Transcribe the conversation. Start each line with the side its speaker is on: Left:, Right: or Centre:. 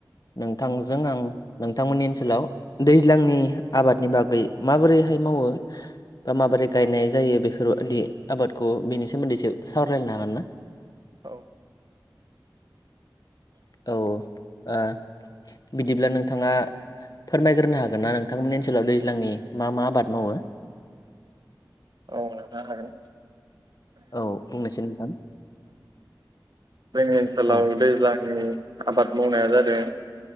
Left: नोंथांजों आं नोंथांमोननि ओनसोलाव दैज्लांनि आबादनि बागै माबोरैहाय मावो बा माबोरै गायनाय जायो बेफोरबायदि आबादखौ बेनि सोमोन्दैसो सावरायलायनो हागोन ना
Right: औ
Left: औ ओ बिदिब्ला नोंथाङा फोरमायग्रोनो हागोन ना नोंथांमोननि ओनसोलाव दैज्लांनि मा मा आबाद मावो
Right: औ नोंथां हागोन
Left: औ बुंनोसै नोंथां
Right: जोंनि ओनसोलाव
Left: औ
Right: दैज्लांनि आबाद मावनाया जादों